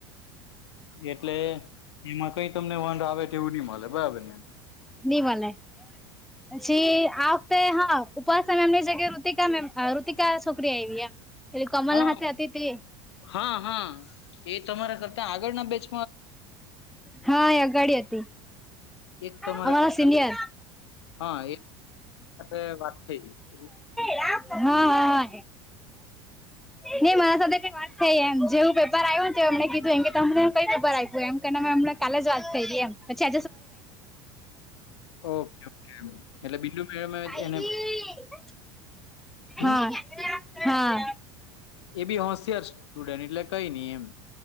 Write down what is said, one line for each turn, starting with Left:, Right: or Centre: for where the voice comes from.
Left: એટલે એમાં કઈ તમને વંધ આવે તો એવું નઈ મળે બરાબર ને
Centre: નિમલ પછી આવતે હા. ઉપાસના એમની જગ્યા રુતિકા રુતિકા છોકરી આવી એમ એ કમલના
Left: હા
Centre: હથે અતીથી
Left: હા હા એ તમારા કરતા આગળ ના બેચ
Centre: હા એ અગાડી હતી.
Left: એકરા
Centre: અમારા
Left: કરતા
Centre: સિનિયર
Left: હા એ વાત થઈ. <inaudible>
Centre: હા હા હા નહી મારા સાથે કઈ વાત થઈ એમ. જેવું પેપર આવ્યું હોને તો એમ કીધું એ કે તમને કઈ પપર આપ્યું એમ કેને અમને કલે જ વા કરી એમ પછી
Left: ઓકે ઓકે એટલે બિલ્લુ મેડમે
Centre: આજે
Left: એને
Centre: <unintelligible>
Left: હમ
Centre: હા. હા.
Left: એ બી હોશિયાર સ્ટુડન્ટ એટલે કઈ નઈ એમ.